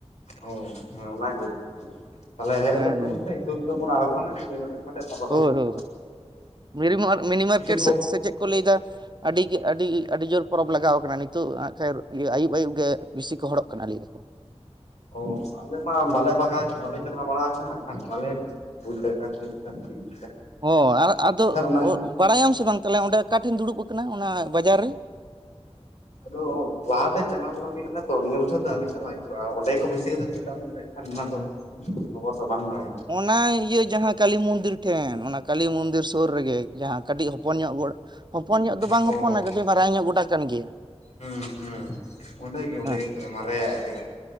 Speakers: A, on the left (about 85°); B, on the right (about 40°).
A: ᱚ ᱦᱮᱸ ᱚᱱᱟᱜᱮ ᱛᱟᱞᱦᱮ ᱦᱮᱡ
B: ᱦᱮᱸ
A: ᱦᱚᱫᱚᱜ ᱛᱟᱵᱚᱱ
B: ᱦᱮᱸ
A: ᱯᱮ ᱦᱤᱛᱳᱜ ᱦᱤᱛᱳᱜ ᱵᱚᱱ ᱟᱬᱜᱳᱱᱟ᱾ ᱠᱷᱮᱞ ᱦᱚᱫᱟ ᱵᱟᱠᱷᱟᱡ <unintelligible> ᱪᱟᱞᱟᱜ
B: ᱦᱳᱭ ᱦᱳᱭ
A: ᱠᱟᱱᱟ
B: ᱢᱤᱨᱤ ᱢᱤᱱᱤ ᱢᱟᱨᱠᱮᱴ
A: ᱤᱠᱟᱹ ᱠᱷᱚ
B: ᱥᱮᱫ ᱥᱮ ᱪᱮᱫ ᱠᱚ ᱞᱟᱹᱭ ᱫᱟ᱾ ᱟᱹᱰᱤ ᱜᱮ ᱟᱹᱰᱤ ᱟᱹᱰᱤ ᱡᱳᱨ ᱯᱚᱨᱚᱵᱽ ᱞᱟᱜᱟᱣ ᱠᱟᱱᱟ ᱱᱤᱛᱚᱜ ᱠᱷᱟᱨ ᱤᱭᱟᱹ ᱟᱹᱭᱩᱵ ᱟᱹᱭᱩᱵ ᱜᱮ ᱵᱮᱥᱤ ᱠᱚ ᱦᱚᱲᱚᱜ ᱠᱟᱱᱟ ᱞᱟᱹᱭ ᱫᱟᱠᱚ᱾
A: ᱚ ᱟᱞᱮ ᱢᱟ ᱵᱟᱞᱮ ᱵᱟᱜᱟᱣ ᱵᱟᱞᱮ ᱪᱟᱞᱟᱣ ᱵᱟᱲᱟ ᱠᱟᱱᱟ ᱦᱟᱸᱜ ᱠᱷᱟᱱ ᱯᱟᱞᱮᱫ <unintelligible>
B: ᱦᱚᱭ ᱟᱨ ᱟᱫᱚ
A: ᱮᱱᱠᱷᱟᱱ ᱚᱱᱟ
B: ᱵᱟᱲᱟᱭᱟᱢ ᱥᱮ ᱵᱟᱝ ᱛᱟᱦᱚᱸᱞᱮ ᱚᱸᱰᱮ ᱚᱠᱟᱴᱷᱮᱱ ᱫᱩᱲᱩᱵᱽ ᱠᱟᱱᱟᱭ ᱚᱱᱟ ᱵᱟᱡᱟᱨ ᱨᱮ
A: ᱟᱫᱚ ᱞᱟᱦᱟ ᱛᱮ ᱪᱟᱞᱟᱣ ᱵᱟᱲᱟ ᱦᱩᱭ ᱞᱮᱱᱟ ᱛᱚ, ᱱᱤᱭᱟᱹ ᱵᱚᱪᱷᱚᱨ ᱫᱚ ᱟᱹᱣᱨᱤ ᱪᱟᱞᱟᱜ ᱦᱩᱭᱩᱜ-ᱟ᱾ ᱠᱚ ᱵᱟᱹᱭᱥᱟᱹᱣ ᱠᱟᱫᱟ ᱥᱮ ᱮᱴᱟᱜ ᱥᱮᱫ ᱨᱮ ᱦᱟᱸᱜ ᱠᱷᱟᱱ ᱚᱱᱟ ᱫᱚ ᱠᱷᱚᱵᱚᱨ ᱫᱚ ᱵᱟᱝ ᱵᱟᱲᱟᱭ
B: ᱚᱱᱟ ᱤᱭᱟᱹ ᱡᱟᱦᱟᱸ ᱠᱟᱞᱤ ᱢᱚᱱᱫᱤᱨ ᱴᱷᱮᱱ ᱚᱱᱟ ᱠᱟᱞᱤ ᱢᱚᱱᱫᱤᱨ ᱥᱩᱨ ᱨᱮ ᱜᱮ, ᱡᱟᱦᱟᱸ ᱠᱟᱹᱴᱤᱡ ᱦᱚᱯᱚᱱ ᱧᱚᱜ ᱜᱚ ᱦᱚᱯᱚᱱ ᱧᱚᱜ ᱫᱚ
A: ᱦᱩᱭᱩᱜᱼᱟ
B: ᱵᱟᱝ ᱦᱚᱯᱚᱱᱟ
A: ᱚ
B: ᱠᱟᱹᱴᱤᱡ ᱢᱟᱨᱟᱝ ᱧᱚᱜ ᱜᱚᱰᱟ ᱠᱟᱱ ᱜᱮᱭᱟ᱾
A: ᱦᱩᱸ ᱦᱩᱸ ᱚᱸᱰᱮ ᱜᱮ ᱚᱸᱰᱮ
B: ᱦᱮᱸ
A: ᱜᱮ ᱛᱟᱦᱚᱸᱞᱮ ᱢᱟᱨᱮᱭᱟᱜ ᱡᱟᱭᱜᱟ